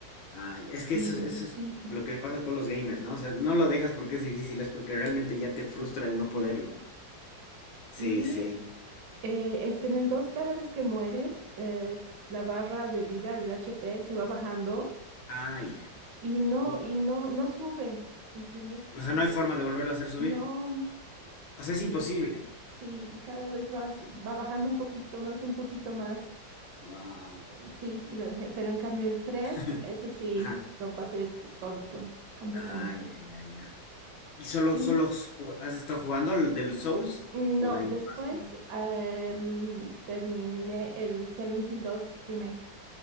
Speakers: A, on the left (about 80°); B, on the right (about 70°).
A: Ay, es que
B: Y
A: eso, eso es
B: sí,
A: lo que le pasa a todos los gamers, ¿no? O sea, no lo dejas porque es difícil, es porque realmente ya te frustra el no poderlo.
B: sí. Y
A: Sí, sí.
B: Eh, es que en el 2 cada vez que mueres, eh, la barra de vida, el HP, se va bajando
A: Ay,
B: y no,
A: puta.
B: y no, no sube, ¿entiendes?
A: O
B: Entonces,
A: sea, no hay forma de volverlo a hacer subir.
B: no,
A: O sea,
B: am,
A: es imposible.
B: sí, y cada vez vas, va bajando un poquito más, un poquito más,
A: Wow.
B: eh, sí, y lo dejé, pero en cambio el 3
A: <laughs>
B: ese sí,
A: Ajá.
B: lo pasé t- todito, completamente.
A: Ay, ya, ya, ya. ¿Y solo,
B: Sí,
A: solo has has estado jugando al del Souls?
B: no,
A: ¿O en
B: después
A: qué más?
B: eh, mm, terminé el Silent Hill 2 Remake